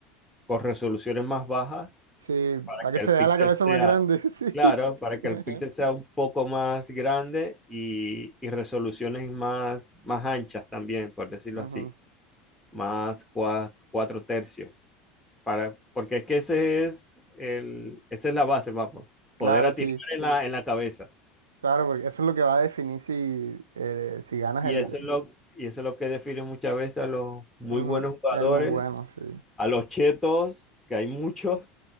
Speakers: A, in the centre; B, on the right.
A: con resoluciones más bajas
B: Sí, para
A: que
B: que se
A: el
B: vea
A: píxel
B: la cabeza
A: sea,
B: más grande, <laughs> sí.
A: claro, para
B: <laughs>
A: que el píxel sea un poco más grande y, y resoluciones más, más anchas también, por decirlo
B: Ujú,
A: así, más cua- cuatro tercios, para, porque es que ese es el, esa es la base, vamos, poder
B: Claro,
A: atinar
B: sí,
A: en la, en la cabeza.
B: claro, porque eso es lo que va a definir si, eh, si ganas
A: Y
B: el,
A: eso es lo, y eso es lo que define muchas veces a los muy
B: ujú,
A: buenos jugadores,
B: el muy bueno, sí.
A: a los chetos, que hay muchos,